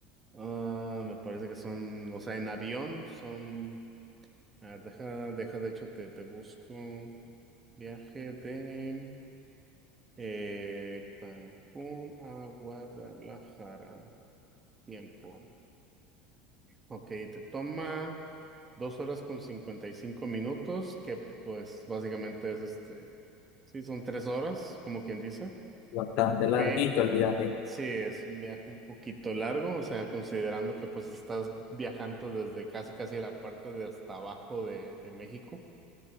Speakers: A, on the right; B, on the left.
A: ah, me parece que son, o sea, en avión son, a ver, deja, deja, de hecho, te, te busco viaje de eh, Cancún a Guadalajara, tiempo. Ok, te toma dos horas con 55 minutos, que pues básicamente es este, sí, son tres horas, como quien dice.
B: Bastante larguito
A: P,
B: el viaje.
A: sí, es un viaje un poquito largo, o sea, considerando que pues estás viajando desde casi casi la parte de hasta abajo de, de México.